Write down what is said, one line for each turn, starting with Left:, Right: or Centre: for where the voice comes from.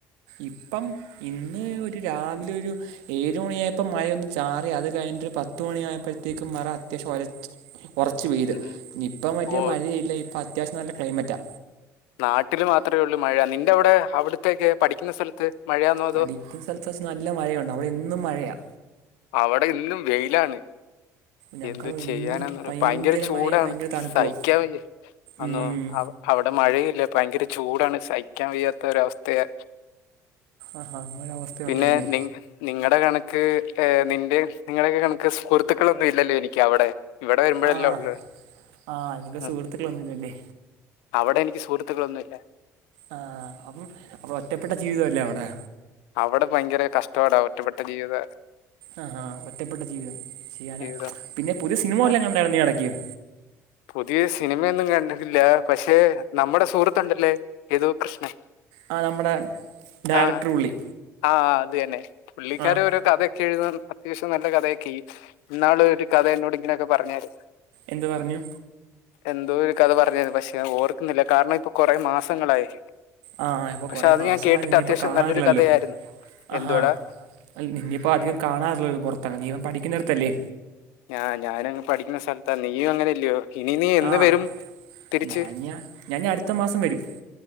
Right: ഇപ്പം ഇന്ന് ഒരു രാവിലെ ഒരു ഏഴു മണിആയപ്പോ മഴയൊന്ന് ചാറി അത് കഴിഞ്ഞിട്ട് പത്ത്മണിയ ആയപ്പഴത്തേക്കും മറ അത്യാവശ്യം ഒലച്ചു കുറച്ച് പെയ്ത്
Left: ഉം.
Right: ഇനി ഇപ്പം വലിയ
Left: ഓ
Right: മഴയില്ല ഇപ്പൊ അത്യാവശ്യം നല്ല ക്ലൈമറ്റാ
Left: നാട്ടിൽ മാത്രേഉള്ളൂ മഴ നിന്റെ അവിടെ അവിടുത്തെക്കെ പഠിക്കുന്ന സ്ഥലത്ത് മഴയാണോ അതോ
Right: പഠിക്കുന്ന സ്ഥലത്ത് വെച്ച് നല്ല മഴയുണ്ട് അവിടെ എന്നും മഴയാ
Left: അവിടെ ഇന്നും വെയിലാണ്
Right: ഞങ്ങക്കവിടെ
Left: എന്തു ചെയ്യാനാന്ന്
Right: എന്നും
Left: ഭയങ്കര ചൂടാണ്
Right: മഴയും ഭയങ്കര തണുപ്പുവാ
Left: സഹിക്കാൻ വയ്യ അന്നോ
Right: ഉം
Left: ആവോ അവിടെ മഴയില്ല ഭയങ്കര ചൂടാണ് സഹിക്കാൻ വയ്യാത്ത ഒരവസ്ഥയ
Right: ആഹാ അങ്ങനെ അവസ്ഥയുണ്ടല്ലേ
Left: പിന്നെ നി നിങ്ങടെ കണക്ക് നിന്റെ നിങ്ങളൊക്കെ കണക്ക് സുഹൃത്തുക്കളൊന്നും ഇല്ലല്ലോ എനിക്ക് അവിടെ ഇവിടെ വരുമ്പോഴല്ല
Right: ആഹ്
Left: ഉള്ളു
Right: ആ നിനക്ക്
Left: ആ,
Right: സുഹൃത്തുക്കൾ ഒന്നും ഇല്ലല്ലേ
Left: അവിടെ എനിക്ക് സുഹൃത്തുക്കളൊന്നുല്ല
Right: ആ അപ്പം അ ഒറ്റപ്പെട്ട ജീവിതല്ലേ അവിടെ
Left: അവിടെ ഭയങ്കര കഷ്ടാടാ ഒറ്റപ്പെട്ട ജീവിത
Right: ആ ആ ഒറ്റപ്പെട്ട ജീവിതം ചെയ്യാനാ
Left: ജീവിതം
Right: പിന്നെ പുരു സിനിമ
Left: പറ-
Right: വല്ലോം കണ്ടത് നീ ഇറക്കിയോ
Left: പുതിയ സിനിമയൊന്നും കണ്ടില്ല പക്ഷേ നമ്മുടെ സുഹൃത്തുണ്ടല്ലേ ഏതു കൃഷ്ണൻ
Right: ആ നമ്മുടെ ഡയറക്ടർ
Left: ആഹ്
Right: പുള്ളി
Left: ആഹ് അതന്നെ പുള്ളിക്കാര
Right: ആഹ്
Left: ഓരോ കഥ കെ എഴുതും അത്യാവശ്യം നല്ല കഥയൊക്കെയ് ഇന്നാള് ഒരു കഥ എന്നോട് ഇങ്ങനെയൊക്കെ പറഞ്ഞായിരുന്നു
Right: എന്ത് പറഞ്ഞു
Left: എന്തോ ഒരു കഥ പറഞ്ഞത് പക്ഷെ ഓർക്കുന്നില്ല കാരണം ഇപ്പൊ കുറെ മാസങ്ങളായി
Right: ആ ഇപ്പൊ
Left: പക്ഷെ
Right: കൊറെ
Left: അത്
Right: മാസങ്ങളായി
Left: ഞാൻ കേട്ടിട്ട്
Right: ഇനിയിപ്പോ
Left: അത്യാവശ്യം
Right: കാണാറില്ലല്ലോ
Left: നല്ലൊരു കഥയായിരുന്നു
Right: ആഹാ
Left: എന്തോടാ
Right: അ നിന്നയിപ്പോ അധികം കാണാറില്ലല്ലോ പുറത്തങ്ങി നീ അവിടെ പഠിക്കുന്നിടത്തല്ലേ
Left: ആഹ് ഞാനങ്ങ് പഠിക്കുന്ന സ്ഥലത്താ നീയും അങ്ങനെയല്ലയോ ഇനി നീ എന്ന്
Right: ആഹ്
Left: വരും തിരിച്ച്
Right: ഞാനിഞ്ഞാ ഞാനിഞ്ഞി അടുത്ത മാസം വരും